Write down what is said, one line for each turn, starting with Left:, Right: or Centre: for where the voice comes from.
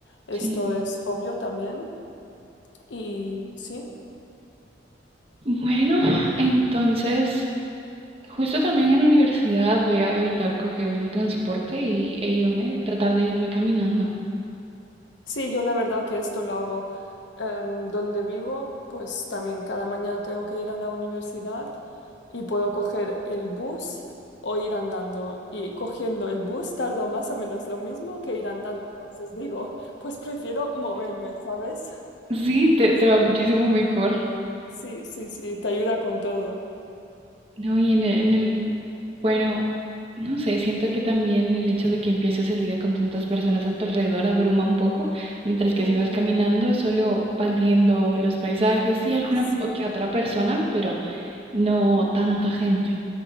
Left: Esto
Right: <laughs> Sí.
Left: es obvio también. Y sí,
Right: Bueno, entonces, justo también en la universidad voy a evitar coger el transporte y, e irme, tratar de irme caminando.
Left: sí, yo la verdad que esto lo hago em, donde vivo, pues también cada mañana tengo que ir a la universidad y puedo coger el bus o ir andando. Y cogiendo el bus tardo más o menos lo mismo que ir andando. Entonces digo, pues prefiero moverme, ¿sabes? <laughs>
Right: Sí, te,
Left: Sí.
Right: te va muchísimo mejor.
Left: Sí, sí, sí, te ayuda con todo.
Right: No, y en el, en el, bueno, no sé, siento que también el hecho de que empieces el día con tantas personas a tu alrededor abruma un poco, mientras que
Left: Ujú.
Right: si vas caminando solo vas viendo los paisajes y alguna
Left: Sí,
Right: o que otra persona, pero no tanta gente.